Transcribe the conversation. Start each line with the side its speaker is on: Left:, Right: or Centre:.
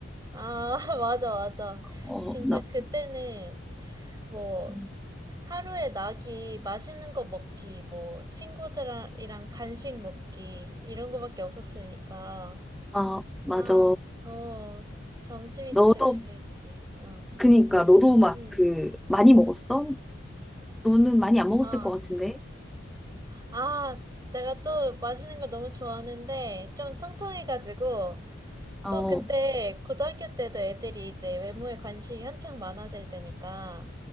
Right: 아, <laughs> 맞아, 맞아.
Centre: 어,
Right: 진짜
Centre: 나,
Right: 그때는 뭐,
Centre: 음.
Right: 하루에 낙이 맛있는 거 먹기, 뭐, 친구들이랑 간식 먹기, 이런 거밖에 없었으니까.
Centre: 아, 맞아.
Right: 아, 어, 점심이
Centre: 너도,
Right: 진짜 중요했지. 어.
Centre: 그니까, 너도 막
Right: 응.
Centre: 그, 많이 먹었어? 너는 많이 안 먹었을
Right: 아,
Centre: 것 같은데?
Right: 아, 내가 또 맛있는 걸 너무 좋아하는데 좀 통통해가지고
Centre: 어,
Right: 또 그때 고등학교 때도 애들이 이제 외모에 관심이 한창 많아질 때니까